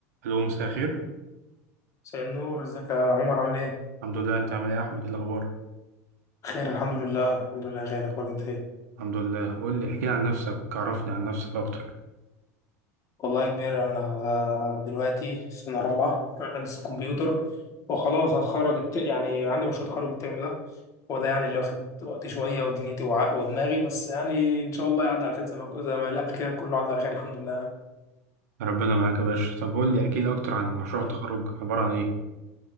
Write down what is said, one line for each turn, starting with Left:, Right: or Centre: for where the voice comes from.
Right: الو مساء الخير
Left: مساء النور ازيك يا عمر عامل ايه؟
Right: الحمد لله انت عامل ايه يا احمد ايه الاخبار
Left: خير الحمد لله الحمد لله خير اخبارك انت ايه؟
Right: الحمد لله قول لي احكي لي عن نفسك عرفني عن نفسك اكتر
Left: والله يا كبير انا آه، دلوقتي سنة رابعة هندسة كمبيوتر وخلاص هتخرج الت... يعني عندي مشروع تخرج الترم ده هو ده يعني اللي واخد وقت شوية ودنيتي وع- ودماغي بس يعني ان شاء الله يعدي على خير زي ما زي ما اللي قبل كده كله عدى على خير الحمد لله
Right: ربنا معاك يا باشا طب قول لي احكي لي اكتر عن مشروع
Left: يعني
Right: التخرج عبارة عن ايه ان